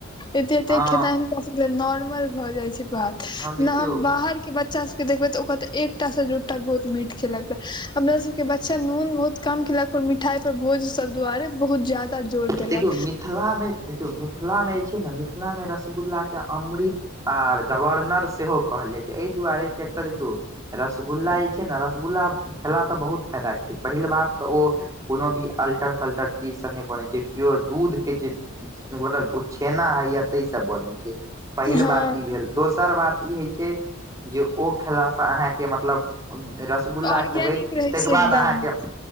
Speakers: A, on the left; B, on the right.
A: एते एते
B: हँ
A: खेनाइ हिनका सब ले नॉर्मल भऽ जाय छै बात।
B: हँ देखियौ
A: न हम बाहर के बच बच्चा सब के देखबै तऽ ओ कहत एकटा से दू टा बहुत मीठ खेलक ते अपना सब के बच्चा नून बहुत कम खेलक पर मिठाई पर भोज सब दुआरे बहुत ज्यादा जोर
B: देखियौ
A: देलक
B: मिथिला मे देखियौ मिथिला मे जे छै ने मिथिला मे रसगुल्ला के अमृत आर गवर्नर सेहो कहल जाइ छै एहि दुआरे किएक त देखियौ रसगुल्ला जे छै ने रसगुल्ला खेला सँ बहुत फायदा छै। पहिल बात तऽ ओ कोनो भी अलटर सलटर चीज से नै बनै छै। प्योर दूध के जे मतलब ओ छेना हइए तैय से बनै छै पहिल
A: हँ
B: बात ई भेल दोसर बात ई होइ छै जे ओ खेला से अहाँके मतलब रसगुल्ला
A: ऑर्गेनिक
B: खेबै
A: रहे
B: तहिके
A: छै एकदम
B: बाद अहाँके